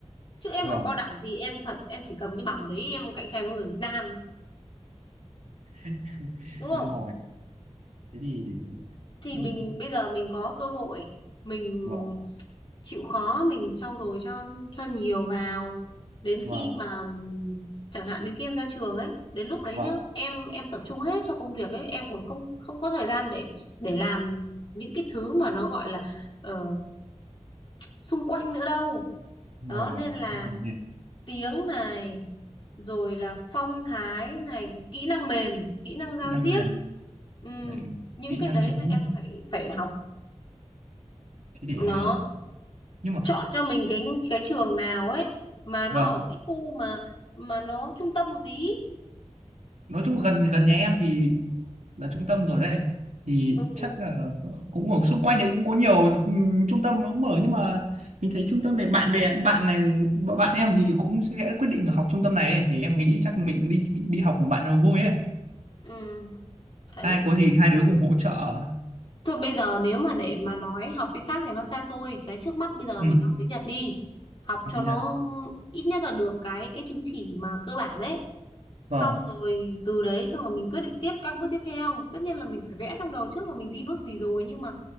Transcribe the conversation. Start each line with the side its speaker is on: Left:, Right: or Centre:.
Left: Chứ em
Right: vâng
Left: học cao đẳng thì em thật em chỉ cầm cái bằng đấy em cạnh tranh với người Việt Nam
Right: <laughs>
Left: đúng không?
Right: đúng rồi thế thì để
Left: Thì
Right: ừ,
Left: mình bây giờ mình có cơ hội mình
Right: vâng
Left: chịu khó mình trau dồi cho cho nhiều vào đến khi
Right: vâng
Left: mà ừm, chẳng hạn đến khi em ra trường ấy đến lúc đấy
Right: vâng
Left: nhá em em tập trung hết cho công việc ấy em còn không không có thời gian để để làm những cái thứ mà nó gọi là ờ, xung quanh nữa đâu
Right: đúng
Left: đó
Right: rồi
Left: nên là
Right: đúng rồi nhỉ.
Left: tiếng này rồi là phong thái này kỹ năng mềm kỹ năng giao
Right: kỹ năng
Left: tiếp
Right: mềm
Left: ừ.
Right: này,
Left: những
Right: kỹ
Left: cái
Right: năng
Left: đấy
Right: chính
Left: là em phải phải học
Right: thế để
Left: nó
Right: ờ, nhưng mà
Left: chọn cho mình cái cái trường nào ấy mà nó
Right: vâng
Left: ở cái khu mà mà nó trung tâm một tí
Right: nói chung gần gần nhà em thì là trung tâm rồi đấy thì
Left: ừ
Right: chắc là cũng ở xung quanh đấy cũng có nhiều ừm, trung tâm nó mở nhưng mà mình thấy trung tâm này bạn bè bạn này bạn em thì cũng sẽ quyết định là học trung tâm này ấy. thì em nghĩ chắc mình đi đi học cùng bạn nó vui ấy
Left: ừ đấy
Right: hai có gì hai đứa cùng hỗ trợ
Left: thôi bây giờ nếu mà để mà nói học cái khác thì nó xa xôi cái trước mắt bây giờ
Right: ừ.
Left: mình cứ học tiếng Nhật đi học
Right: học
Left: cho
Right: tiếng
Left: nó
Right: Nhật
Left: ít nhất là được cái cái chứng chỉ mà cơ bản ấy xong
Right: vâng
Left: rồi từ đấy xong rồi mình quyết định tiếp các bước tiếp theo tất nhiên là mình phải vẽ trong đầu trước là mình đi bước gì rồi nhưng mà